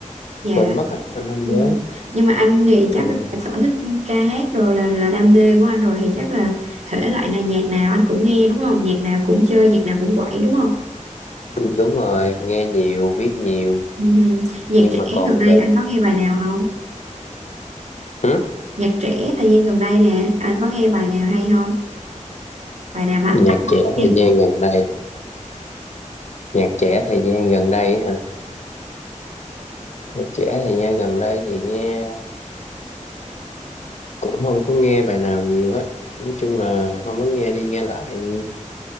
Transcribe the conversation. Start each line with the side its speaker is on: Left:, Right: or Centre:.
Right: Dạ
Left: quên mất rồi anh không
Right: Ừm,
Left: nhớ
Right: Nhưng mà anh thì
Left: ừ.
Right: chắc là sở thích ca hát rồi là là đam mê của anh rồi Thì chắc là thể loại này nhạc nào anh cũng nghe đúng không? Nhạc nào cũng chơi, nhạc nào cũng quẩy đúng không?
Left: đúng rồi nghe nhiều biết nhiều
Right: Ừm, Nhạc
Left: nhưng
Right: trẻ
Left: mà còn
Right: gần đây
Left: về
Right: anh có nghe bài nào không?
Left: Ừ.
Right: Nhạc trẻ thời gian gần đây nè Anh có nghe bài nào hay không? Bài nào mà anh
Left: nhạc
Right: tâm đắc
Left: trẻ thời gian gần đây nhạc trẻ thời gian gần đây hả nhạc trẻ thời gian gần đây thì nghe cũng không có nghe bài nào nhiều hết nói chung là không có nghe đi nghe lại